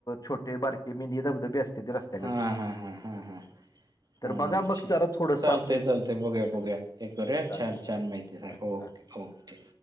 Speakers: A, on the left (about 45°); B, on the right (about 50°).
A: छोटे बारके मनी धबधबे असते की रस्तावर
B: हा हा हां हा हां हा
A: तर बघा
B: अच्छा
A: मग जरा थोडंसं
B: चालतय
A: आपले
B: चालतय बघूया
A: कसं-कसं
B: बघूया हे करूया
A: चालतंय,
B: छान
A: चालतंय.
B: छान माहिती स
A: हां,
B: ओके
A: हां.
B: हो ओके